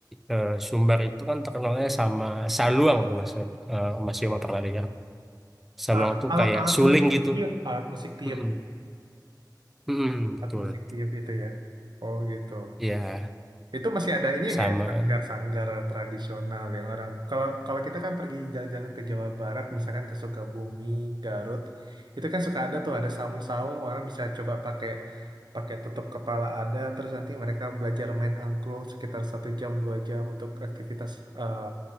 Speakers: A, in the centre; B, on the right.
A: eh, Sumbar itu kan terkenalnya sama saluang termasuk eh, Mas Yoma pernah dengar. Saluang
B: A-
A: tuh
B: Alat-alat
A: kayak suling
B: musik
A: gitu.
B: tiup, alat musik tiup.
A: Mm-mm. Mm-mm, betul.
B: Alat musik tiup gitu ya. Oh gitu.
A: Ya,
B: Itu masih ada ini
A: sama
B: nggak ya sanggar-sanggar tradisional yang orang kalau kalau kita kan pergi jalan-jalan ke Jawa Barat misalkan ke Sukabumi, Garut, itu kan suka ada tuh ada saung-saung orang bisa coba pakai pakai tutup kepala ada terus nanti mereka belajar main angklung sekitar satu jam dua jam untuk aktivitas eh,